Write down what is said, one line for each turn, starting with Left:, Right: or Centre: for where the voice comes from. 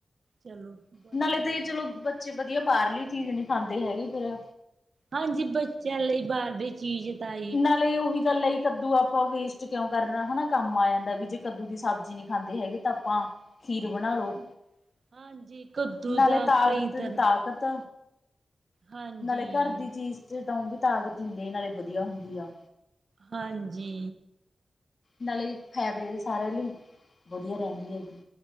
Right: ਚਲੋ। ਵਧੀਆ
Left: ਨਾਲੇ ਤਾਂ ਹੀ
Right: ਈ।
Left: ਚਲੋ ਬੱਚੇ ਵਧੀਆ ਬਾਹਰਲੀ ਚੀਜ਼ ਨਹੀਂ ਖਾਂਦੇ ਹੈਗੇ ਫੇਰ।
Right: ਹਾਂਜੀ ਬੱਚਿਆਂ ਲਈ ਬਾਹਰ- ਚੀਜ਼ ਤ-
Left: ਨਾਲੇ ਉਹੀ ਗੱਲ ਹੈਲ ਕੱਦੂ ਆਪਾਂ ਵੇਸਟ ਕਿਉਂ ਕਰਨਾ ਹਨਾ ਕੰਮ ਆ ਜਾਂਦਾ। ਤਾਂ ਵੀ ਜੇ ਕੱਦੂ ਦੀ ਸਬਜ਼ੀ ਨਹੀਂ ਖਾਂਦੇ ਹੈਗੇ ਤਾਂ ਆਪਾਂ- ਖੀਰ ਬਣਾ ਲੋ,
Right: ਹਾਂ ਹਾਂਜੀ ਕੱਦੂ
Left: ਨਾਲੇ
Right: ਦਾ
Left: ਤਾਕਤ
Right: ਕਈ
Left: ਦੀ
Right: ਤਰ੍ਹਾਂ
Left: ਤਾਕਤ-
Right: ਹਾਂਜੀ
Left: ਨਾਲੇ ਘਰ ਦੀ ਚੀਜ਼ ਤੇ ਤਾਂ ਉਹ ਵੀ ਤਾਕਤ ਹੁੰਦੀ ਆ, ਨਾਲੇ ਵਧੀਆ ਹੁੰਦੀ ਆ।
Right: ਹਾਂਜੀ।
Left: ਨਾਲੇ ਫਾਇਦੇ ਸਾਰੇ ਲਈ ਵਧੀਆ ਰਹਿੰਦੀ ਹੈ ਜੀ।